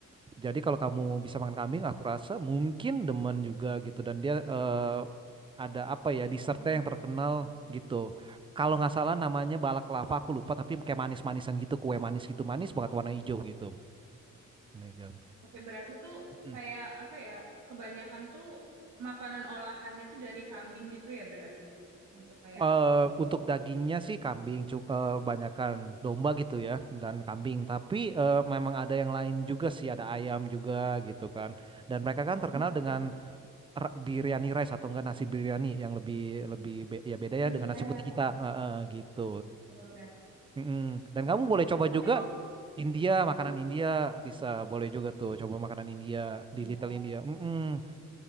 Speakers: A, on the right; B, on the right.
A: jadi kalau kamu bisa makan kambing aku rasa mungkin demen juga gitu dan dia eh, ada apa ya dessertnya
B: Oh,
A: yang terkenal
B: oke.
A: gitu kalau nggak salah namanya balak lava aku lupa tapi kayak manis-manisan gitu kue manis gitu manis banget warna hijau gitu warna hijau
B: Oke, berarti tuh
A: Mm.
B: kayak apa ya? Kebanyakan tuh makanan olahannya tuh dari kambing gitu ya berarti. Untuk kayak
A: Eh, untuk dagingnya sih kambing, cu- eh, banyakan domba gitu ya dan kambing. Tapi
B: Heeh.
A: eh, memang ada yang lain juga sih, ada ayam juga gitu kan. Dan mereka kan terkenal
B: Mm-mm.
A: dengan r- biryani rice atau enggak nasi biryani yang lebih lebih be- ya beda ya
B: Oh iya,
A: dengan nasi putih
B: heeh.
A: kita Eh, eh, gitu.
B: benar-benar.
A: Mm-mm. Dan kamu boleh
B: Oh
A: coba
B: gitu.
A: juga
B: Tapi kalau
A: India, makanan
B: Heeh.
A: India, Tisa boleh juga tuh coba makanan India di
B: Iya,
A: Little India. Mm-mm.